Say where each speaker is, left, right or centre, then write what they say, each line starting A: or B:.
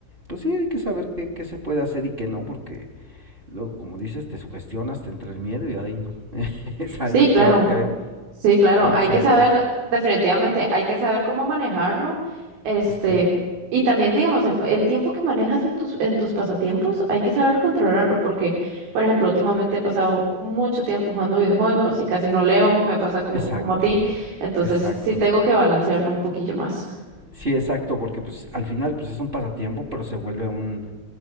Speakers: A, on the right; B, on the right.
A: pues sí, hay que saber qué, qué se puede hacer y qué no, porque luego, como dices, te sugestionas, te entra el miedo y ahí no, <laughs> sale
B: Sí,
A: peor,
B: claro,
A: creo,
B: sí, claro,
A: creo
B: hay
A: que sale
B: que saber,
A: peor.
B: definitivamente, hay que saber cómo manejarlo, este,
A: Ok,
B: y también, digamos, el, el tiempo que manejas en tus, en tus pasatiempos, hay que saber controlarlo, porque, por ejemplo, últimamente he pasado mucho tiempo jugando videojuegos y casi no leo, me pasa como,
A: exacto,
B: como a ti, entonces
A: exacto.
B: sí tengo que balancearlo un poquillo más.
A: Sí, exacto, porque pues al final pues es un pasatiempo, pero se vuelve un...